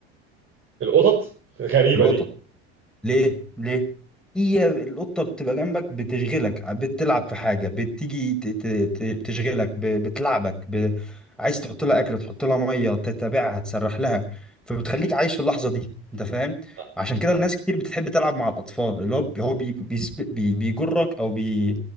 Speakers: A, on the right (about 40°); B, in the centre.
A: القطط غريبه
B: القطط
A: دي
B: ليه ليه هي القطه بتبقى جنبك بتشغلك بتلعب في حاجه بتيجي ت- ت- ت- تشغلك ب- بتلعبك ب... عايز تحط لها اكل تحط لها ميه تتابعها تسرح لها فبتخليك عايش في اللحظه دي انت فاهم
A: آه،
B: عشان كده الناس كتير بتحب تلعب مع الاطفال اللي هو هو بي... بيس- بي... بيجرك او بي...